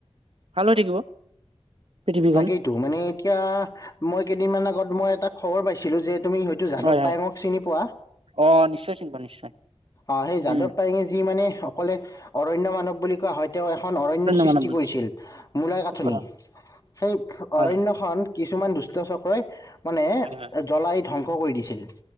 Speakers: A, on the right; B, on the left.
A: ভাল হৈ থাকিব। পৃথিৱীখন
B: তাকেইটো মানে এতিয়া আ মই কেইদিনমান আগত মই এটা খবৰ পাইছিলোঁ যে তুমি হয়তো যাদৱ
A: হয়
B: পায়ঙক
A: হয়
B: চিনি পোৱা।
A: অ নিশ্চয় চিন্তা নিশ্চয়
B: অ', সেই যাদৱ
A: উম
B: পায়ঙে যি মানে অকলে অৰণ্য মানৱ বুলি কোৱা হয়, তেওঁ এখন অৰণ্য সৃষ্টি
A: মানৱ বুলি
B: কৰিছিল
A: কয়,
B: মূলাই কাথনি
A: ঠিক কথা
B: সেই
A: হয়
B: অৰণ্যখন কিছু মান দুষ্ট চক্ৰই মানে
A: হয় হয় হয়
B: জ্বলাই ধ্বংস ক' কৰি দিছিল।